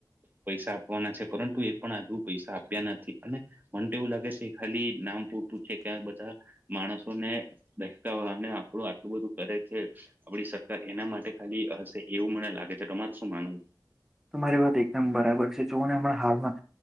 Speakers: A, on the right (about 25°); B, in the centre.
A: પૈસા આપવાના છે પરંતુ એ પણ હજુ પૈસા આપ્યા નથી અને મને તો એવું લાગે છે. ખાલી નામ પૂરતું છે, કેયા બધા માણસો ને, દહેકવા અને આપણું આટલું બધું કરે છે. આપડી સરકાર એના માટે ખાલી હશે એવું મને લાગે છે, તમાર શું માનવું
B: તો મારી વાત એકદમ બરાબર છે, જોઓને હમણાં હાલમાં